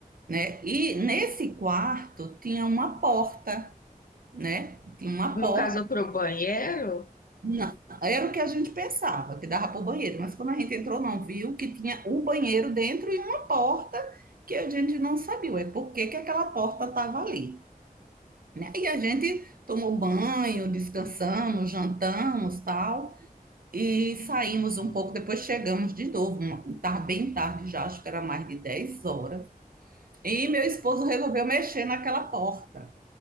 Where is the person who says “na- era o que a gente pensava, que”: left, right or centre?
Right